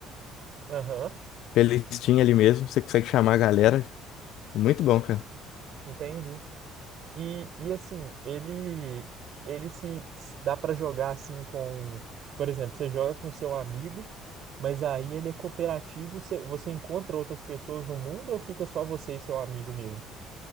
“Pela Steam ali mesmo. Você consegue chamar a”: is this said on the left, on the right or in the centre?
Left